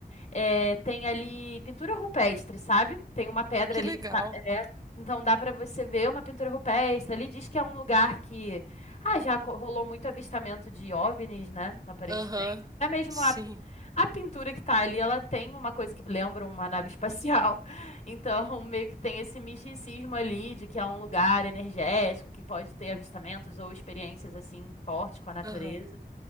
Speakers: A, on the left; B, on the right.
A: é, tem ali pintura rupestre, sabe? Tem uma pedra
B: que
A: ali
B: legal.
A: que tá. é, então dá para você ver uma pintura rupestre. Ali diz que é um lugar que. Ah, já co- rolou muito avistamento de OVNIs, né? Aparentemente.
B: Aham,
A: Até mesmo
B: sim.
A: a, a pintura que tá ali, ela tem uma coisa que lembra uma nave espacial. <laughs> Então, meio que tem esse misticismo ali de que é um lugar energético que pode ter avistamentos ou experiências assim fortes com a natureza.
B: Aham.